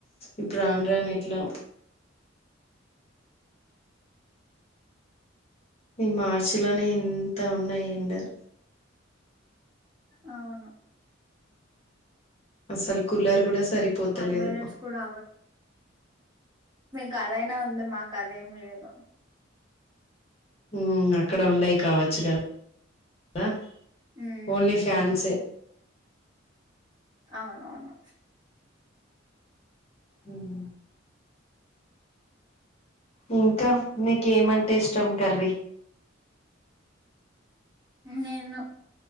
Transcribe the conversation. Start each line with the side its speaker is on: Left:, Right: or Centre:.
Left: ఇంక రాను రాను ఎట్లా ఈ మార్చిలోనే ఇన్ తే ఉన్నాయి ఎండర్
Right: అవును
Left: అసలు కులర్ కూడా సరిపోతలేదు
Right: ఫైవ్ మినిట్స్ కూడా కథాఅయినా ఉంది మాకు కథ ఏం లేదు
Left: హ్మ్ అక్కడ ఉండయి కావచ్చు కదా ఆ
Right: ఉమ్
Left: ఓన్లీ ఫ్యాన్సే
Right: అవునువును
Left: హ్మ్ ఇంకా నీకేమంటే ఇష్టం కర్రీ
Right: నేను